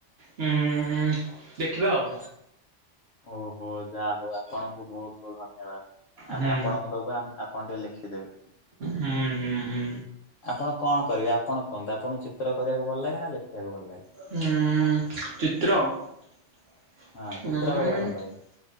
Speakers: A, on the right; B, on the left.
A: ହୁଁଁ ଦେଖିବା ଆଉ।
B: ଓହୋ ଯାହା ହଉ ଆପଣଙ୍କୁ ବୋହୁତ ବୋହୁତ ଧନ୍ୟବାଦ ଆମେ
A: ହୁଁ
B: ଆପଣଙ୍କୁ ଆମେ ଆ କଣ ଟିକେ ଲେଖି ଦେବେ।
A: ହୁଁ ହୁଁ ହୁଁ।
B: ଆପଣ କଣ କରିବେ ଆପଣ କୁହନ୍ତୁ ଆପଣ ଚିତ୍ର କରିବାକୁ ଭଲ ଲାଗେ ନା ଲେଖିବାକୁ ଭଲ ଲାଗେ?
A: ହୁଁ ଚିତିତ୍ର ହୁଁ
B: ହଁ ଚିତ୍ର କରିବାକୁ ଭଲ ଲାଗେ